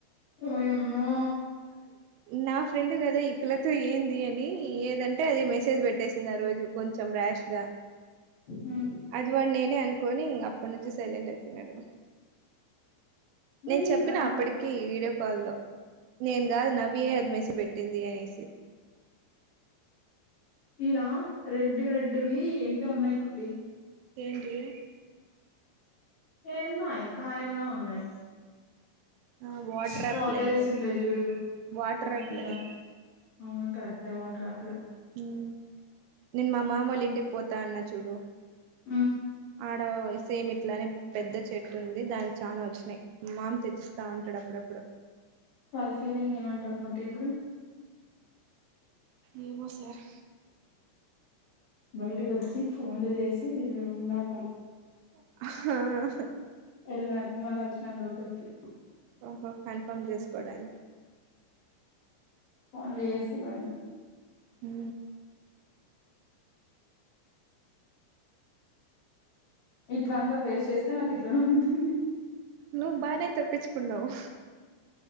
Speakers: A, on the left; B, on the right.
A: ఓయమ్మో
B: నా ఫ్రెండ్ కదా ఈ పిల్లతో ఏంది అని ఏదంటే అది మెసేజ్ పెట్టేసింది ఆ రోజు కొం చంరాష్ గా
A: ఉమ్
B: అది వాడు నేనే అనుకోని ఇంక అప్పటి నుంచి సైలెంట్ అయిపోయినాడు
A: మరి
B: నేను చెప్పిన
A: ఇక్కడ
B: అప్పటికి వీడియో వా లో నేను కాదు నవ్వియే అది మెసేజ్ పెట్టింది అనేసి
A: ఈడా రెడ్ రెడ్వి ఎంటో ఉన్నాయి కుట్టి
B: ఏంటివి
A: ఏడన్నాయి కాయలా ఉన్నాయి
B: ఆ వాటర్
A: స్ట్రాబెరీస్
B: యాపిల్ అంట అది
A: ఉంటాయి చూడు
B: వాటర్ యాపిల్
A: అట్లా
B: అది
A: అవును కరెక్ట్ <unintelligible>
B: హ్మ్ నేను మా మామ వాళ్ళ ఇంటికి పోతా అన్న చూడు
A: హ్మ్
B: ఆడ సేమ్ ఇట్లానే పెద్ద చెట్టు ఉంది దానికి చానా వచ్చినాయి మామ్ తెచ్చిస్తా ఉంటాడు అప్పుడు ఎప్పుడో
A: వాళ్ళ ఫీలింగ్ ఏమంటావు పొట్టి ఇప్పుడు
B: ఏమో సార్
A: బయటకి వచ్చి ఫోన్లు చేసి వీళ్ళు ఉన్నాక
B: <unintelligible>
A: వెళ్ళిన మళ్ళా వచ్చినారు లోపరికి
B: ఓహో కన్ఫర్మ్ చేసుకోడానికి
A: ఫోన్లు చేసి పోయిన
B: ఉ
A: ఇట్ల అంతా ఫేస్ చేస్తే నాకు ఇట్లనే ఉంటుంది
B: నువ్వు బానే తప్పించుకున్నావు